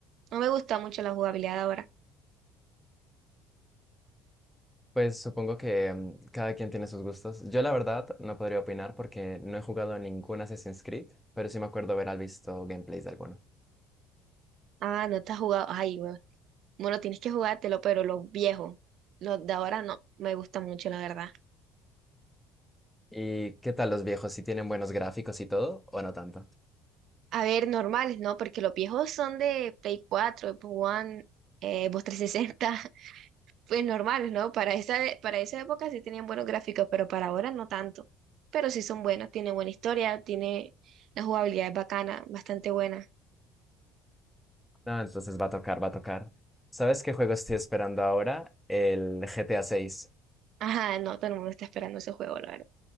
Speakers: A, on the right; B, in the centre.
A: No me gusta mucho la jugabilidad ahora.
B: Pues supongo que mm, cada quien tiene sus gustos. Yo la verdad no podría opinar porque no he jugado a ningún Assassin's Creed, pero sí me acuerdo haber visto gameplays de alguno.
A: Ah, no te has jugado. Ay, Bueno, tienes que jugártelo, pero los viejos, los de ahora no, me gustan mucho, la verdad.
B: ¿Y qué tal los viejos? ¿Si tienen buenos gráficos y todo o no tanto?
A: A ver, normales, ¿no? Porque los viejos son de Play cuatro Xbox One, eh, Xbox trescientos sesenta <laughs> pues normales, ¿no? Para esa, para esa época sí tenían buenos gráficos, pero para ahora no tanto. Pero sí son buenos, tiene buena historia, tiene la jugabilidad es bacana, bastante buena.
B: No, entonces va a tocar, va a tocar. ¿Sabes qué juego estoy esperando ahora? El GTA 6.
A: Ajá, no, todo el mundo está esperando ese juego, la verdad.